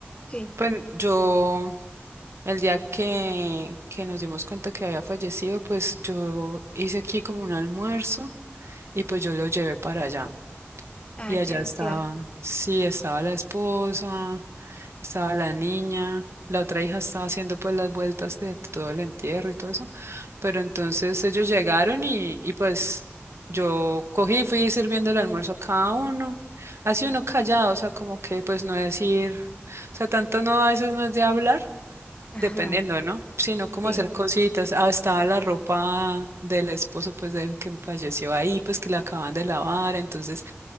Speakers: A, on the left; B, on the right.
A: Sí.
B: Pues yo, el día que, que nos dimos cuenta que había fallecido, pues yo hice aquí como un almuerzo y pues yo lo llevé para allá.
A: Ah,
B: Y
A: ya,
B: allá estaba,
A: claro.
B: sí, estaba la esposa, estaba la niña, la otra hija estaba haciendo pues las vueltas de todo el entierro y todo eso. Pero entonces ellos llegaron y, y pues yo cogí y fui sirviendo el almuerzo a cada uno. Así uno callado, o sea, como que pues no decir, o sea, tanto no, a veces no es de hablar
A: Ajá,
B: Dependiendo, ¿no? Sino como
A: sí,
B: hacer cositas. Ah, estaba la ropa del esposo, pues, del que falleció ahí, pues, que la acaban de lavar. Entonces,